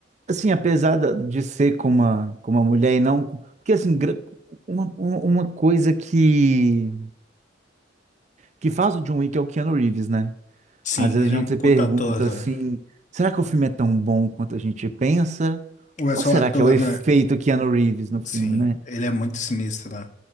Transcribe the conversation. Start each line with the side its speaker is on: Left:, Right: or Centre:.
Right: assim, apesar da- de ser com uma, com uma mulher e não. com- Porque, assim, gra- uma, uma uma coisa que, que faz o John Wick é o Keanu Reeves, né?
Left: Sim,
Right: Às vezes
Left: ele
Right: a gente
Left: é um puta
Right: se pergunta
Left: ator,
Right: assim:
Left: né?
Right: será que o filme é tão bom quanto a gente pensa?
Left: Ou é
Right: Ou
Left: só
Right: será
Left: ator,
Right: que é o efeito
Left: né?
Right: Keanu Reeves no filme,
Left: Sim,
Right: né?
Left: ele é muito sinistro, né?